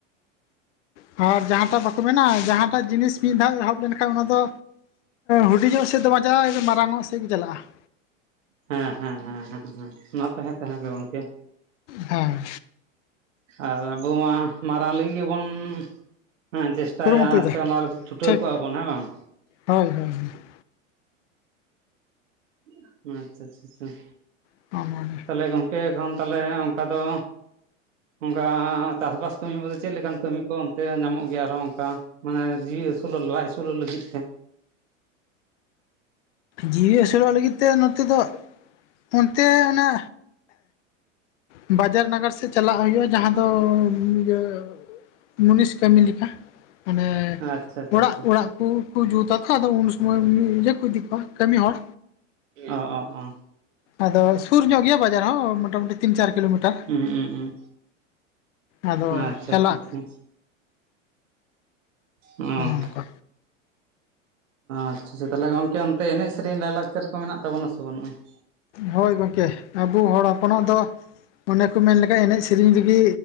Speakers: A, on the left; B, on the right.
A: ᱟᱨ ᱡᱟᱦᱟᱸᱴᱟᱜ ᱵᱟᱠᱚ ᱢᱮᱱᱟ ᱡᱟᱦᱟᱸᱴᱟᱜ ᱡᱤᱱᱤᱥ ᱢᱤᱫ ᱫᱷᱟᱣ ᱮᱦᱚᱵ ᱞᱮᱱ ᱠᱷᱟᱱ ᱚᱱᱟ ᱫᱚ ᱦᱩᱰᱤᱧᱚᱜ ᱥᱮᱫ ᱫᱚ ᱵᱟᱝᱪᱟᱜᱼᱟ ᱮ ᱢᱟᱨᱟᱝ ᱚᱜ ᱥᱮᱫ ᱜᱮ ᱪᱟᱞᱟᱜᱼᱟ ᱾
B: ᱦᱮᱸ ᱦᱮᱸ ᱦᱮᱸ ᱦᱮ ᱢᱟ ᱛᱟᱦᱮᱸ ᱛᱟᱦᱮᱸ ᱜᱮ ᱜᱚᱝᱠᱮ᱾
A: ᱦᱮᱸ
B: ᱟᱨ ᱟᱵᱚ ᱢᱟ ᱢᱟᱨᱟᱝ ᱞᱟᱹᱜᱤᱫ ᱜᱮᱵᱚᱱ ᱦᱮᱸ ᱪᱮᱥᱴᱟ
A: ᱠᱩᱨᱩᱢᱩᱴᱩᱭᱮᱫᱟ
B: ᱪᱟᱭᱟ ᱥᱮ ᱚᱱᱟ ᱨᱮ ᱪᱷᱩᱴᱟᱹᱣ
A: ᱴᱷᱤᱠ
B: ᱠᱚᱜᱼᱟ ᱵᱚᱱ ᱦᱮᱸ ᱵᱟᱝ?
A: ᱦᱳᱭ- ᱦᱳᱭ ᱾
B: ᱟᱪᱷᱟᱻᱟᱪᱷᱟᱻᱟᱪᱷᱟ ᱾
A: <unintelligible>
B: ᱛᱟᱦᱚᱞᱮ ᱜᱚᱢᱠᱮ ᱮᱠᱷᱚᱱ ᱛᱟᱦᱚᱞᱮ ᱚᱱᱠᱟ ᱫᱚ? ᱚᱱᱠᱟ ᱪᱟᱥᱵᱟᱥ ᱠᱟᱹᱢᱤ ᱡᱮ ᱪᱮᱫ ᱞᱮᱠᱟᱱ ᱠᱟᱹᱢᱤ ᱠᱚ ᱚᱱᱛᱮ ᱧᱟᱢᱚᱜ ᱜᱮᱭᱟ ᱟᱨᱦᱚᱸ ᱚᱱᱠᱟ ᱢᱟᱱᱮ ᱡᱤᱣᱤ ᱟᱹᱥᱩᱞᱚᱜ ᱞᱟᱡ ᱟᱹᱥᱩᱞᱚᱜ ᱞᱟᱹᱜᱤᱫ ᱛᱮ ᱾
A: ᱡᱤᱣᱤ ᱟᱹᱥᱩᱞᱚᱜ ᱞᱟᱹᱜᱤᱫ ᱛᱮ ᱱᱚᱛᱮ ᱫᱚ ᱚᱱᱛᱮ ᱚᱱᱟ ᱵᱟᱡᱟᱨ ᱱᱟᱜᱟᱨ ᱥᱮᱫ ᱪᱟᱞᱟᱜ ᱦᱩᱭᱩᱜᱼᱟ ᱡᱟᱦᱟᱸ ᱫᱚ ᱤᱭᱟᱹ ᱢᱩᱱᱤᱥ ᱠᱟᱹᱢᱤ ᱞᱮᱠᱟ ᱢᱟᱱᱮ
B: ᱟᱪᱪᱷᱟ ᱟᱪᱪᱷᱟ
A: ᱚᱲᱟᱜ
B: ᱟᱪᱪᱷᱟ
A: ᱚᱲᱟᱜ ᱾ ᱩᱱ ᱠᱩ ᱡᱩᱛᱟ ᱛᱚ ᱟᱫᱚ ᱩᱱ ᱥᱩᱢᱚᱭ ᱤᱭᱟᱹ ᱠᱚ ᱤᱫᱤ ᱠᱚᱣᱟ ᱠᱟᱹᱢᱤ ᱦᱚᱲ
B: ᱚ ᱚ ᱚ
A: ᱟᱫᱚ ᱥᱩᱨ ᱧᱚᱜ ᱜᱮᱭᱟ ᱵᱟᱡᱟᱨ ᱦᱚᱸ ᱢᱚᱴᱟᱢᱩᱴᱤ ᱛᱤᱱ ᱪᱟᱨ ᱠᱤᱞᱳᱢᱤᱴᱟᱨ ᱾
B: ᱦᱩᱸ ᱦᱩᱸ ᱦᱩᱸ
A: ᱟᱫᱚ
B: ᱟᱪᱪᱷᱟ
A: ᱪᱟᱞᱟᱜ
B: ᱟᱪᱪᱷᱟ ᱟᱪᱪᱷᱟ ᱚᱸ
A: ᱚᱱᱮ ᱚᱱᱠᱟ
B: ᱟᱪᱪᱷᱟᱪᱷᱟ ᱛᱟᱦᱚᱞᱮ ᱜᱚᱝᱠᱮ ᱚᱱᱛᱮ ᱮᱱᱮᱡ ᱥᱮᱨᱮᱧ ᱞᱟᱭᱼᱞᱟᱠᱪᱟᱨ ᱠᱚ ᱢᱮᱱᱟᱜ ᱛᱟᱵᱚᱱᱟ ᱥᱮ ᱵᱟᱹᱱᱩᱜᱼᱟ ᱾
A: ᱦᱳᱭ ᱜᱚᱝᱠᱮ ᱾ ᱟᱵᱚ ᱦᱚᱲ ᱦᱚᱯᱚᱱᱟᱜ ᱫᱚ ᱚᱱᱮ ᱠᱚ ᱢᱮᱱ ᱞᱮᱠᱷᱟᱱᱡ ᱮᱱᱮᱡ ᱥᱮᱨᱮᱧ ᱨᱮᱜᱮ